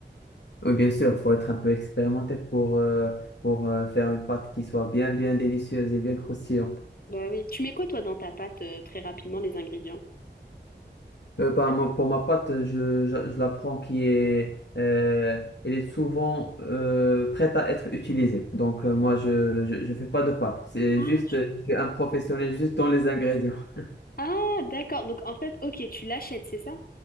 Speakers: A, on the left; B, on the left.
A: Oui, bien sûr, faut être un peu expérimenté pour, euh, pour euh, faire une pâte qui soit bien, bien délicieuse et bien croustillante.
B: Bah oui. Tu mets quoi, toi, dans ta pâte, euh, très rapidement, les ingrédients?
A: Euh, bah, moi, pour ma pâte, je, je, je la prends qui est, euh, elle est souvent euh, prête à être utilisée. Donc, euh, moi, je, je, je fais pas de pâte. C'est
B: Ah,
A: juste,
B: tu-
A: euh, je suis un professionnel juste dans les ingrédients. <laughs>
B: ah, d'accord. Donc en fait, ok, tu l'achètes, c'est ça?